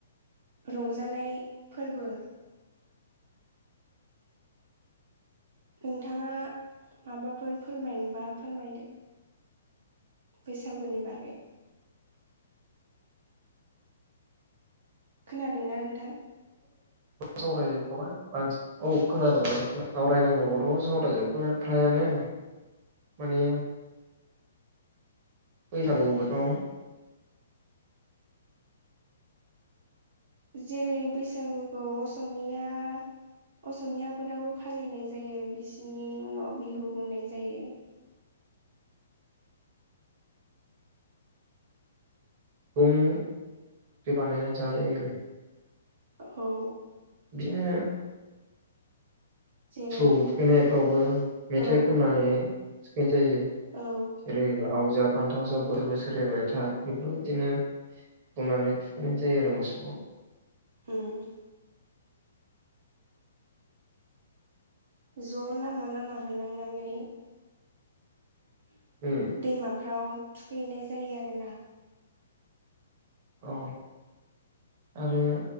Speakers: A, on the right; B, on the right.
A: रंजानाय फोरबो नोंथाङा माबाफोर फोरमायनोबा फोरमायदो। बैसागुनि बागै खोनादोंना नोंथां।
B: सावरायजोबख'बाय औ खोनादों सावरायनांगौ गथ'खौ सावरायजोबख'बाय फ्रायानो
A: औ
B: माने बैसाग बोथोराव
A: जेरै बैसागुखौ असमिया असमियाफोराबो फालिनाय जायो बिसिनि मुंयाव बिहु बुंनाय जायो।
B: दुं बानायनानै जानाय जायो आरो
A: औ
B: बिदिनो
A: जेरै
B: मोसौ थुखैनायफ्रावबो मेथाइ
A: औ
B: खननानै थुखैनाय जायो।
A: औ
B: जेरै लाव जा फान्थाव जा बोसोर बोसोर एरबाय था बेफोरबायदिनो बुंनानै थुखैनाय जायो आरो मोसौखौ
A: उम ज' लामा लामा होलांनानै
B: उम
A: दैमाफ्राव थुखैहैनाय जायो आरो ना
B: अ आरो